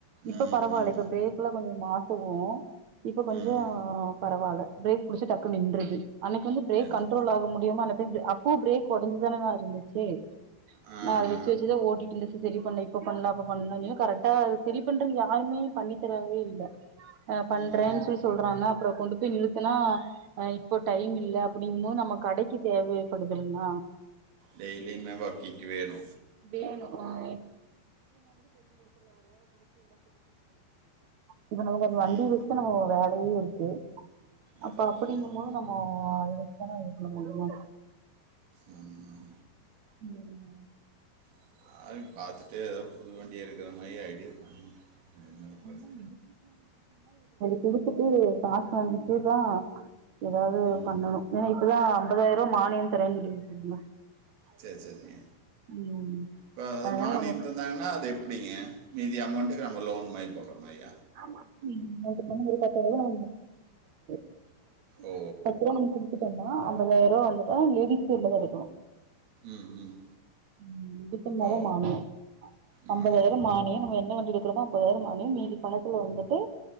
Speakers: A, on the right; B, on the right.
A: இப்ப
B: ம்
A: பரவாயில்ல இப்ப
B: ம்
A: பிரேக் எல்லாம் கொஞ்சோ நார் <unintelligible> இப்ப கொஞ்சோ
B: ம்
A: பரவால்ல பிரேக் புடிச்ச டக்குனு நின்றுது அன்னைக்கு வந்து
B: என்று
A: கண்ட்ரோல் ஆக முடியுமா <unintelligible> <unintelligible> அப்போ பிரேக் உடஞ்சுதாருந்த சே
B: ஆ
A: நா அத
B: ஆ.
A: வச்சு வச்சுதா ஓட்டிட்ருந்த செரி பண்ண இப்ப பண்லா அப்ப பண்லா <unintelligible> கரெட்டா அது செரி பண்றது யாருமே பண்ணித்தரவே இல்ல ஆ பண்றேன்
B: ம் ம்
A: சொல்லி சொல்றாங்க அப்றோ கொண்டு போய் நிறுத்துனா அ இப்போ டைம் இல்ல அப்டிங்கும்போ நம்ம கடைக்கி தேவைப்படுதுல்லனா
B: டெய்லியுமே வர்க்கிங்க்கு வேணு
A: வேணு‌ <inaudible> <unintelligible> இப்ப நமக்கு அந்த வண்டி
B: ம்
A: வச்சு <unintelligible> <unintelligible> இருக்கு
B: அதான்
A: அப்ப
B: அதான்,
A: அப்புடின்னும்
B: அதான்
A: போது நம்மோ அது <unintelligible> இது பண்ண முடியு
B: ம்
A: உம்
B: <unintelligible> பாத்துட்டு எதாவு புது வண்டியாருக்குற மாரி ஐடியா என்ன பண்ணுறது
A: <unintelligible> இது குடுத்துட்டு காசு வாங்கிட்டு தா ஏதாவுது
B: ம்
A: பண்ணணு ஏனா இப்பதா அம்பதாயிரோ மானியொ தரேன் சொல்லி <unintelligible>
B: சேர் சேரிங்க
A: ம்
B: ப
A: அதனால
B: மானியம்
A: நம்ம
B: தந்தாங்கன்னா அது எப்புடிங்க மீதி அமௌண்ட்டு <unintelligible> லோன் மாரி <unintelligible>
A: ஆம்மா நீங்க சென்ன மேரி பாத்தாதா <unintelligible>
B: ஓ
A: அப்றோ நம்ப குடுத்துட் ட்டம்னா அம்பதாயருவா வந்துட்டு லேடிஸ் பேர்ல தா இருக்குனு
B: ம் ம்
A: ம் இது பண்ணா
B: ஓ
A: தா மானிய
B: மானியம்
A: அம்பதாயிர மானிய நம்ம என்ன வண்டி வச் க்றமோ அம்பதாயிர மானிய மீதி பணத்துல வந்துட்டு